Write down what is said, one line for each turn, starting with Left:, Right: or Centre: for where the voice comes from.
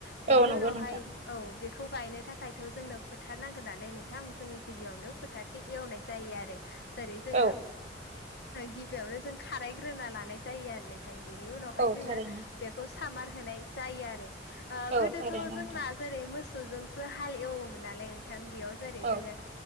Left: बेनि
Right: औ नंगौ
Left: उनावहाय
Right: नोंथां
Left: औ बेखौ गायनो थाखायथ' जोंनो फोथार नांगोन नालाय नोंथां जोङो गिबियावनो फोथार एवनाय जायो आरो जेरै जोङो
Right: औ
Left: गिबियावनो जों खारायग्रोना लानाय जायो आरो न थां बेनि उनावहाय
Right: औ
Left: जोङो
Right: थारैनो
Left: बेखौ सामार होनाय जायो आरो
Right: औ
Left: गोदोथ'
Right: थारैनो नोंथां
Left: जोंना जेरै मोसौजोंसो हालएवोमोन नालाय नोंथां बेयाव जेरै
Right: औ
Left: जोङो